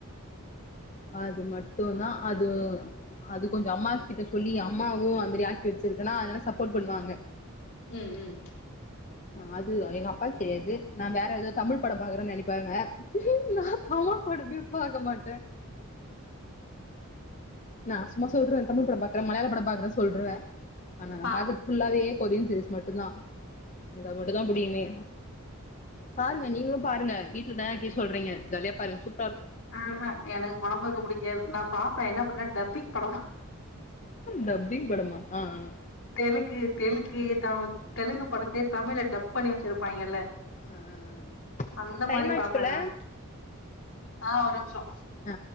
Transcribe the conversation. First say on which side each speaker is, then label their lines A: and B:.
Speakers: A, on the left; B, on the left.
A: அது மட்டு தா அது அது கொஞ்சோ அம்மா கிட்ட சொல்லி அம்மாவு அதுமாரி ஆக்கி வச்சிருக்குன்னா அதனால சப்போர்ட் பண்ணுவாங்க
B: உம் உம்
A: ஆ அது எங்க அப்பாவுக்கு தெரியாது நா வேற ஏதோ தமிழ் படம் பாக்குறேன்னு நெனைப்பாங்க உம் நா தமிழ் படமே பாக்க மாட்டே நா சும்மா சொல்றே தமிழ் படோ பாக்றே மலையால படோ பாக்குறேனு சொல்றுவே ஆனா நா
B: ஆ
A: பாக்குறது ஃபுல்லாவே கொரியன் சீரிஸ் மட்டுதா எனக்கது மட்டு தா புடிகியுமே பாருங்க நீங்களு பாருங்க வீட்லதானக்கே சொல்றீங்க ஜாலியா பாருங்க சூப்ராருக்கு
B: ஆஹா எனக்கு படம்பாக்க புடிக்காது நா பாப்பே என்ன படோ டப்பிங் படோ ப
A: டப்பிங் படமா ஆ ஆ
B: தெலுங்கு தெலுங்கு தவத் தெலுங்கு படத்தேயே தமிழ டப் பண்ணி வச்சிருப்பாய்ங்கல்ல
A: ஆ ஆ.
B: அந்த
A: டைம்
B: மாரி
A: ஆச்சு
B: பாப்பே
A: போல
B: நானு ஆ ஒரு நிமிஷோ
A: ஆ